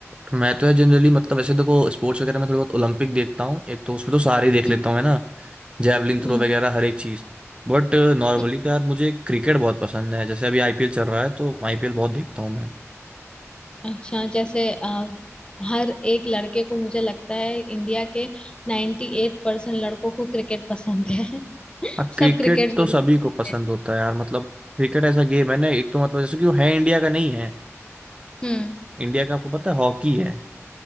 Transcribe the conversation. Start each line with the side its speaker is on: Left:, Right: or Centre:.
Right: मैं तो जनरली मतलब वैसे देखो स्पोर्ट्स वगैरह में थोड़ी बहुत ओलंपिक देखता हूँ एक तो उसमें तो सारे ही देख
Left: हम्म
Right: लेता हूँ है ना जैवलिन थ्रो
Left: हम्म,
Right: वगैरह हर एक चीज बट नॉर्मली
Left: हम्म।
Right: तो यार मुझे क्रिकेट बहुत पसंद है जैसे अभी आईपीएल चल रहा है तो आईपीएल बहुत देखता हूँ मैं
Left: अच्छा जैसे आ, हर एक लड़के को मुझे लगता है इंडिया के 98% एट परसेंट लड़कों को क्रिकेट पसंद है <laughs>
Right: हाँ क्रिकेट
Left: सब क्रिकेट जरूर
Right: तो सभी
Left: खेलते
Right: को पसंद
Left: हैं
Right: होता है यार मतलब क्रिकेट ऐसा गेम है ना एक तो मतलब जैसे कि वो है इंडिया का नहीं है
Left: हम्म
Right: इंडिया का आपको पता है हॉकी है